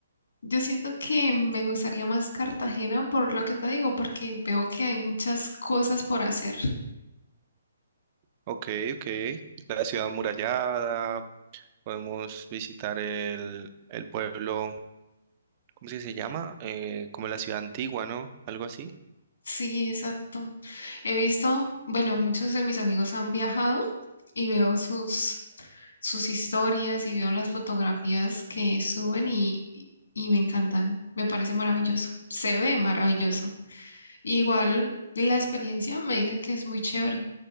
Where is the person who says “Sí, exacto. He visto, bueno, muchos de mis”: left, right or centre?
Left